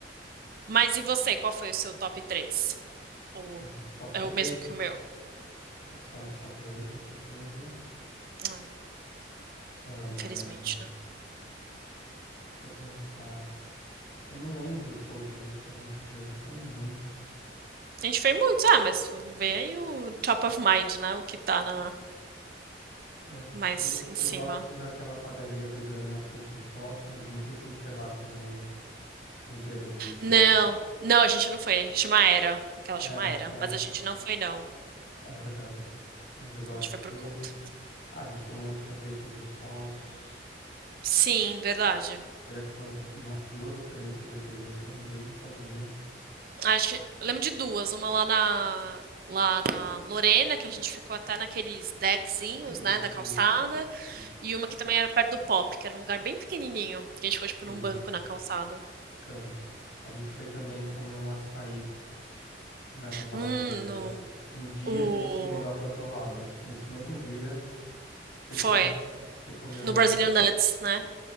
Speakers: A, on the right; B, on the left.
A: Mas e você, qual foi o seu top 3? Ou
B: Meu, top
A: é
B: 3.
A: o mesmo que o meu?
B: o São Sarui, com certeza.
A: Ah,
B: Ahn,
A: infelizmente, né?
B: deixa eu pensar. Eu não lembro todos os que a gente foi, a gente foi em muitos.
A: A gente fez muitos, ah, mas vou ver aí o top of mind, né? O que tá na,
B: É,
A: mais
B: eu,
A: em
B: eu
A: cima.
B: gosto daquela padaria vegana na frente do Pop, mas eu não sei se a gente foi lá com o, com o Guia Verdice.
A: Não, não, a gente não foi. Chama Era, aquela chama
B: Era,
A: Era.
B: era,
A: Mas a gente não foi, não.
B: é verdade. Mas eu gosto
A: A gente foi
B: daquele.
A: por conta.
B: Ah, a gente tomou uns sorvetes gostosos.
A: Sim, verdade.
B: Eu acho que umas, umas duas ou três sorveterias que eram bem gostosinhas.
A: Acho que, eu lembro de duas, uma lá na lá na Lorena, que a gente ficou até naqueles deckzinhos,
B: Isso,
A: né, na calçada,
B: isso. Sim,
A: E uma que também era perto do Pop, que era um lugar bem pequenininho. Que a gente foi, tipo, num
B: sim,
A: banco na calçada.
B: ficamos. A gente foi também comer um açaí na Vila
A: Hum,
B: Madalena
A: no,
B: no dia
A: o...
B: desse negócio da torrada. Nesse mesmo dia, a gente foi comer.
A: Foi.
B: Você comeu
A: No
B: uma.
A: Brazilian Nuts, né?